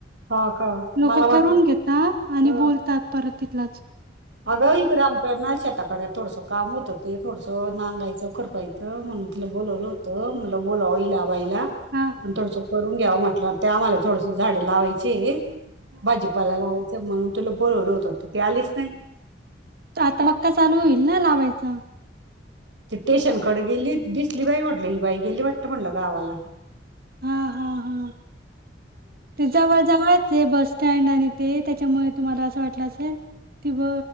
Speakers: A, on the right (about 80°); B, on the right (about 55°).
A: हा का.
B: लोक
A: मला वाटलं
B: करून घेेता आणि
A: हा.
B: बोलतात परत तिथलंच.
A: अगं इकड आमच्या ना शेताकडे थोडसं काम होतं ते थोडसं नागायचं, खुरपायच. म्हणून तिला बोलवलं होत म्हनल बोलावल बाईला
B: हा
A: आणि थोडस करून घ्याव म्हटलं ते आम्हाला थोडस झाडे लावायचीये. भाजीपाला लावायचं म्हणून तुला बोलवलं होत त ती आलीच नाही.
B: आता मक्का चालू होईल ना लावायचा?
A: ती स्टेशनकडे गेली दिसली बाई म्हटल ही बाई गेली वाटत म्हटलं गावाला.
B: हां,
A: हन.
B: हां, हां. ते जवळ जवळचं ये बस स्टँड आणि ते त्याच्यामुळे तुम्हाला असं वाटलं असेल. ती ब